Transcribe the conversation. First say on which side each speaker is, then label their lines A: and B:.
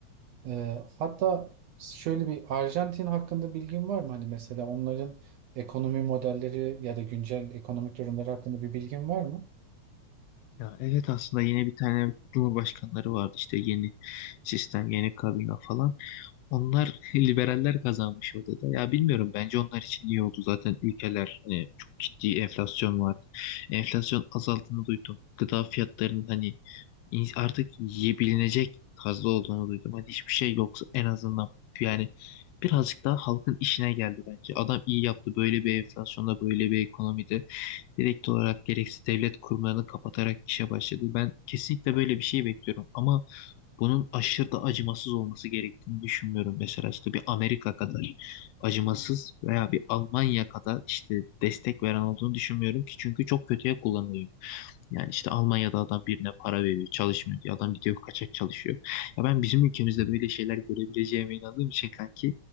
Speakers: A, on the right; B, on the left.
A: E, hatta şöyle bir Arjantin hakkında bilgin var mı? Hani mesela onların ekonomi modelleri ya da güncel ekonomik durumları hakkında bir bilgin var mı?
B: Ya evet aslında yeni bir tane cumhurbaşkanları vardı işte yeni sistem yeni kabine falan. Onlar <laughs> liberaller kazanmış orada da. Ya bilmiyorum bence onlar için iyi oldu zaten ülkeler hani çok ciddi enflasyon vardı. Enflasyon azaldığını duydum. Gıda fiyatlarının hani in- artık yiyebilinecek tarzda olduğunu duydum. Hani hiçbir şey yoksa en azından yani birazcık daha halkın işine geldi bence. Adam iyi yaptı böyle bir enflasyonda böyle bir ekonomide direkt olarak gereksiz devlet kurumlarını kapatarak işe başladı. Ben kesinlikle böyle bir şey bekliyorum ama bunun aşırı da acımasız olması gerektiğini düşünmüyorum. Mesela işte bir Amerika kadar acımasız veya bir Almanya kadar işte destek veren olduğunu düşünmüyorum ki çünkü çok kötüye kullanılıyor. Yani işte Almanya'da adam birine para veriyor, çalışmıyor diyor. Adam gidiyor kaçak çalışıyor. Ya ben bizim ülkemizde böyle şeyler görebileceğime inandığım için kanki